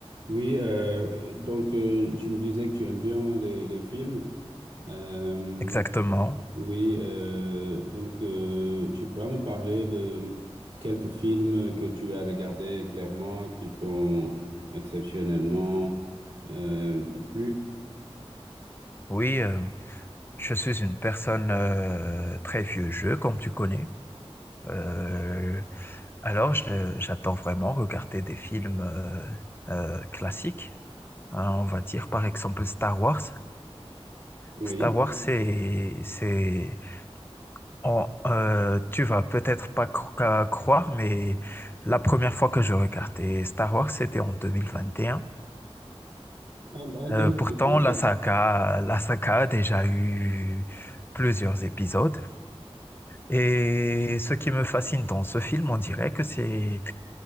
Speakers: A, on the right (about 70°); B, on the left (about 20°).
A: Oui, euh, donc euh, tu me disais que tu aimes bien les, les films. Euh,
B: Exactement.
A: oui, euh, donc euh, tu pourras me parler de quelques films que tu as regardés clairement, qui t'ont exceptionnellement euh, plu.
B: Oui, euh, je suis une personne euh, très vieux jeu, comme tu connais. Euh, alors, je- j'adore vraiment regarder des films euh, euh, classiques. Hein, on va dire par exemple Star Wars.
A: Oui.
B: Star Wars, c'est, c'est, on- euh, tu vas peut-être pas cro- qu'à croire, mais la première fois que je regardais Star Wars, c'était en 2021.
A: Ah, en 2031,
B: Euh, pourtant,
A: d'accord.
B: la saga, la saga a déjà eu plusieurs épisodes. Et ce qui me fascine dans ce film, on dirait que c'est,